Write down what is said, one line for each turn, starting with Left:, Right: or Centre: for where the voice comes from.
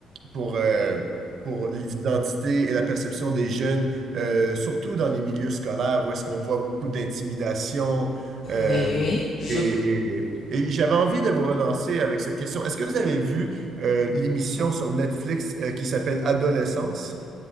Right: pour, euh, pour l'identité et la perception des jeunes, euh, surtout dans les milieux scolaires où est-ce qu'on voit beaucoup d'intimidation. euh,
Left: Oui, oui, oui, je,
Right: et et- et j'avais envie de vous relancer avec cette question. Est-ce que vous avez vu euh, l'émission sur Netflix euh, qui s'appelle Adolescence?